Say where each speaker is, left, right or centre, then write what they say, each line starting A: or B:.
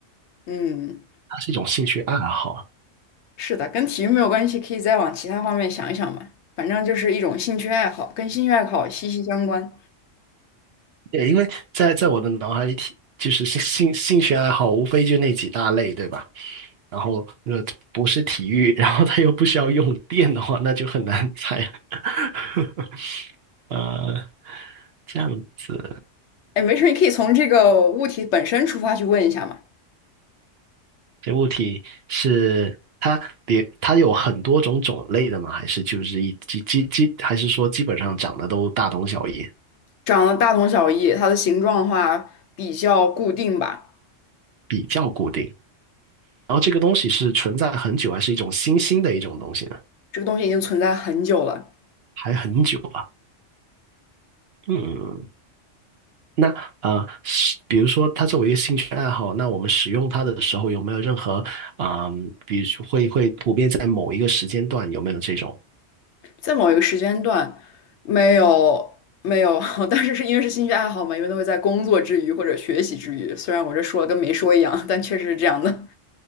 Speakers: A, on the left; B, on the right.
A: 嗯。
B: 它是一种兴趣爱好。
A: 是的，跟体育没有关系，可以再往其他方面想一想嘛。反正就是一种兴趣爱好，跟兴趣爱好息息相关。
B: 对，因为在在我的脑海里体，就是兴兴兴趣爱好，无非就那几大类，对吧？然后那个不是体育，然后它又不需要用电的话，那就很难猜了。<laughs> 呃，这样子，
A: 哎，没事儿，你可以从这个物体本身出发去问一下嘛。
B: 这物体是它别它有很多种种类的吗？还是就是一基基基，还是说基本上长得都大同小异，
A: 长得大同小异，它的形状的话比较固定吧。
B: 比较固定？然后这个东西是存在很久，还是一种新兴的一种东西呢？
A: 这个东西已经存在很久了，
B: 还很久吧。嗯，那啊、呃是比如说它作为一个兴趣爱好，那我们使用它的时候有没有任何啊、比如说会会普遍在某一个时间段有没有这种
A: 在某一个时间段，没有没有，<laughs> 但是是因为是兴趣爱好嘛，因为都会在工作之余或者学习之余。虽然我这说了跟没说一样，但确实是这样的。